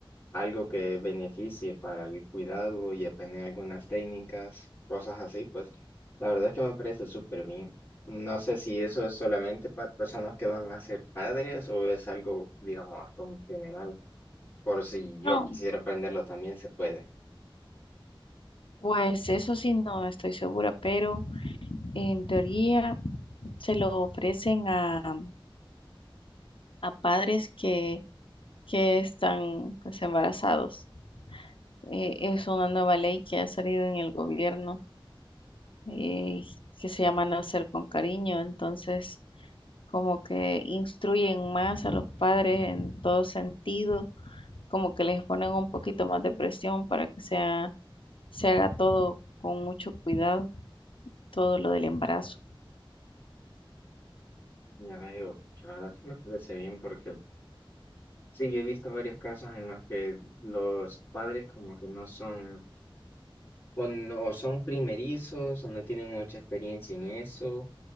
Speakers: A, on the left (about 25°); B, on the left (about 65°).
A: algo que beneficie para el cuidado y aprender algunas técnicas, cosas así, pues la verdad es que me parece súper bien. No sé si eso es solamente para personas que van a ser padres o es algo, digamos, como general. Por si yo
B: No,
A: quisiera aprenderlo también se puede.
B: pues eso sí, no estoy segura, pero en teoría se lo ofrecen a, a padres que, que están pues embarazados. Eh, es una nueva ley que ha salido en el gobierno eh, que se llama Nacer con Cariño, entonces como que instruyen más a los padres en todo sentido, como que les ponen un poquito más de presión para que sea, se haga todo con mucho cuidado, todo lo del embarazo.
A: Ya veo, la verdad sí me parece bien porque sí, yo he visto varios casos en los que los padres como que no son o, no- o son primerizos, o no tienen mucha experiencia en eso,